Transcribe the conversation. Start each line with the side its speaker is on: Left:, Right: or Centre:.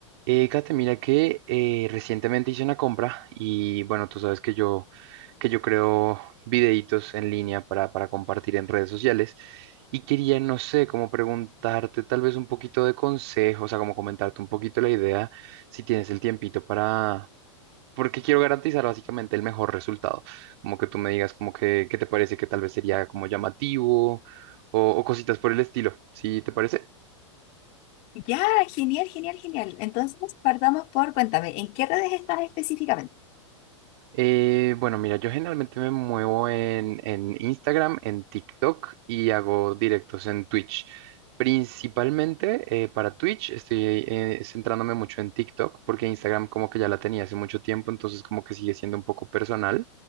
Right: Eh, Kate, mira que eh, recientemente hice una compra y bueno, tú sabes que yo, que yo creo videitos en línea para, para compartir en redes sociales y quería, no sé, como preguntarte tal vez un poquito de consejos, o sea, como comentarte un poquito la idea, si tienes el tiempito para, porque quiero garantizar básicamente el mejor resultado, como que tú me digas como que, qué te parece que tal vez sería como llamativo o, o cositas por el estilo, ¿sí te parece?
Left: Ya, genial, genial, genial. Entonces, partamos por, cuéntame, ¿en qué redes estás específicamente?
Right: Eh, bueno, mira, yo generalmente me muevo en, en Instagram, en TikTok y hago directos en Twitch. Principalmente eh, para Twitch estoy eh, centrándome mucho en TikTok porque Instagram como que ya la tenía hace mucho tiempo, entonces como que sigue siendo un poco personal,